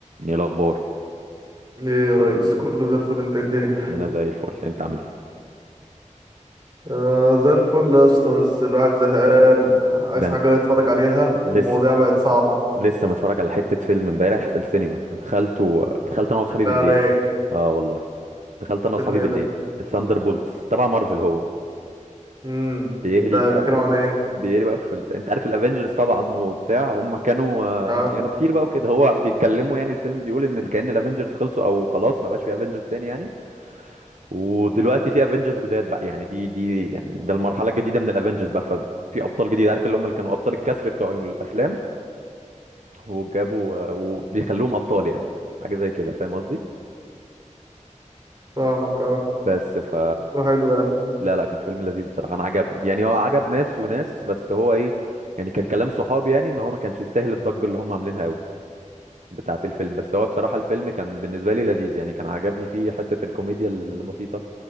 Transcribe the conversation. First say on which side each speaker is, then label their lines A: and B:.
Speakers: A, on the right; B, on the right.
A: ايه الاخبار
B: ايه يا ريس كله زي الفل انت ايه الدنيا
A: انا زي الفل انت عامل ايه
B: آه زي الفل يا اسطى بس الواحد زهقان عايز
A: ده
B: حاجة
A: انا
B: يتفرج عليها
A: لسه
B: والمواضيع بقت صعبة
A: لسه متفرج على حته فيلم امبارح في السينما دخلته دخلت انا واصحابي
B: بالله
A: بالليل
B: عليك
A: اه والله دخلت انا واصحابي
B: فيلم ايه
A: بالليل
B: ده
A: الثاندر بولتس تبع مارفل هو
B: امم
A: بيهري
B: ده
A: بقى
B: بيتكلم
A: في-
B: عن ايه
A: بيهري بقى في ال... انت عارف الافنجرز طبعا وبتاع هم كانوا آه،
B: اه
A: كانوا كتير بقى وكده هو بيتكلموا يعني الفيلم بيقول ان كأن الافنجرز خلصوا او خلاص ما بقاش في افنجرز تاني يعني ودلوقتي في افنجرز جداد بقى يعني دي دي يعني ده المرحله الجديده من الافنجرز بقى ففي ابطال جديد عارف اللي هم اللي كانوا ابطال الكسر بتوع الافلام وجابوا آه، وبيخلوهم ابطال يعني حاجه زي كده فاهم قصدي
B: فاهمك اه
A: بس ف
B: شكله حلو يعني
A: لا لا كان فيلم لذيذ بصراحه انا عجبني يعني هو عجب ناس وناس بس هو ايه يعني كان كلام صحابي يعني ان هو ما كانش يستاهل الضجه اللي هم عاملينها قوي بتاعه الفيلم بس هو بصراحه الفيلم كان بالنسبه لي لذيذ يعني كان عجبني فيه حته الكوميديا البسيطه